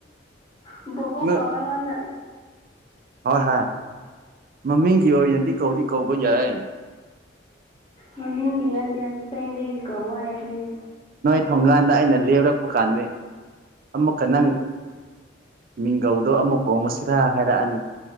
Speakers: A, on the left; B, on the right.
A: ꯎꯝ ꯕ
B: ꯅꯣꯏ
A: ꯀꯋꯥꯏ ꯉꯣꯟꯗ
B: ꯍꯣꯏ ꯍꯣꯏ ꯃꯃꯤꯡꯒꯤ ꯑꯣꯏꯅꯗꯤ ꯀꯧꯗꯤ ꯀꯧꯕ ꯌꯥꯏ
A: ꯃꯃꯤꯡꯒꯤ ꯅꯠꯇꯦ ꯑꯁꯦꯡꯕꯩꯒꯤ ꯀ ꯍꯥꯏꯗꯨꯅꯦ
B: ꯊꯧꯀꯥꯟꯗ ꯑꯩꯅ ꯂꯦꯞꯔꯛꯄ ꯀꯥꯟꯗ ꯑꯃꯨꯛꯀ ꯅꯪ ꯃꯤꯡꯒꯧꯗꯣ ꯑꯃꯨꯛ ꯍꯣꯡꯉꯨꯁꯤꯔꯥ ꯍꯥꯏꯔꯛꯑꯅꯤ